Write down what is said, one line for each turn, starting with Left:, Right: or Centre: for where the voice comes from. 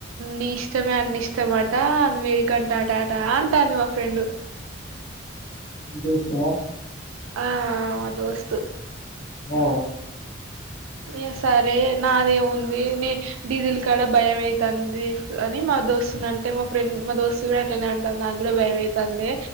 Right: నీ ఇష్టమే అన్న ఇష్టమాట నువ్ ఎడిక కంటే అంటాట అంటంది మ ఫ్రెండ్
Left: మీ దోస్త
Right: ఆ అ మా దోస్తు
Left: ఆ
Right: ఈ సరే నాదేముంది నీ డీజిల్ కాడ భయం అయితంది ఫ్ అని మా. దోస్తు అంటే మా ఫ్రెం, మా దోస్తు కూడా అట్లనే అంటంది. నాగుడా భయమైతాందే